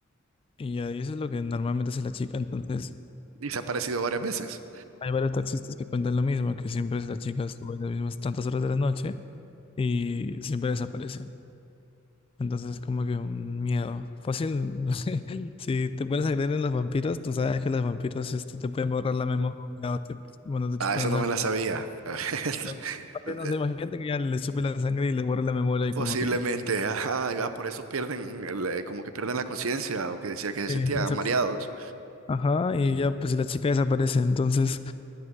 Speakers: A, on the left; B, on the right.
A: y ahí eso es lo que normalmente hace la chica. Entonces,
B: Y se ha aparecido varias veces.
A: hay varios taxistas que cuentan lo mismo, que siempre es la chica sube las mismas tantas horas de la noche y siempre desaparece. Entonces es como que un miedo. Fácil, <laughs> no sé, si te pones a creer en los vampiros, tú sabes que los vampiros este, te pueden borrar la memoria o te, bueno, te
B: Ah,
A: chupan
B: eso
A: la
B: no
A: sangre.
B: me la sabía. <laughs>
A: Entonces, fácil, no sé, imagínate que ya le chupen la sangre y le borren la memoria y
B: Posiblemente,
A: como que ya.
B: ajá, ah, por eso pierden, el, eh, como que pierden la conciencia o que decía que se
A: Sí,
B: sentían
A: eso.
B: mareados.
A: Ajá, y ya pues si la chica desaparece, entonces